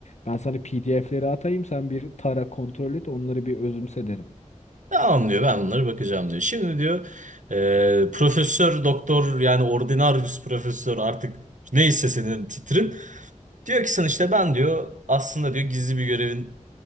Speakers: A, on the left; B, on the right.
A: Ben sana PDF'leri atayım sen bir tara kontrol et onları bir özümse derim.
B: Tamam diyor ben bunları bakacağım diyor. Şimdi diyor e, profesör doktor yani ordinarius profesör artık neyse senin titrin. Diyor ki sana işte ben diyor aslında diyor gizli bir görevin